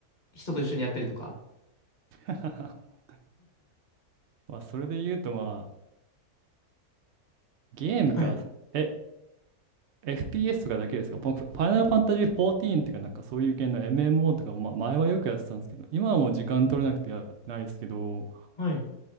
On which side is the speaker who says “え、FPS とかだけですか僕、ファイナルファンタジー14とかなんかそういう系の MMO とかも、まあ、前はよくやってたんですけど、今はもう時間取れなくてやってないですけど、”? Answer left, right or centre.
Right